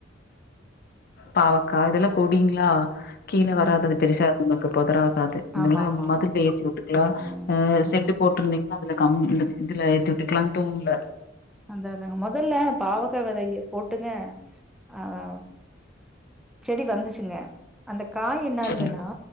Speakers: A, on the left; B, in the centre.
A: பாவக்கா இதெல்லா கெடிங்ளா கீழ
B: ம்.
A: வாரது பெருசா நமக்கு போதுரா ஆகாது இதுனால
B: ஆமா, ஆமா, ஆமா.
A: மதுல்ல எத்தி உட்டுக்லா
B: ம்,
A: ஆ செட்டு
B: ம்.
A: போட்டிருந்திங் அதால கம் இந்த இதுல ஏத்தி உட்டுக்கலா தூண்ல
B: அந்த இத்தாங்கா முதல்லா பாவக்கா வெதையா போட்டுங்க அதா செடி வந்துச்சிங்க அந்த காய் என்ன
A: சரிங்க
B: ஆகுதுன்னா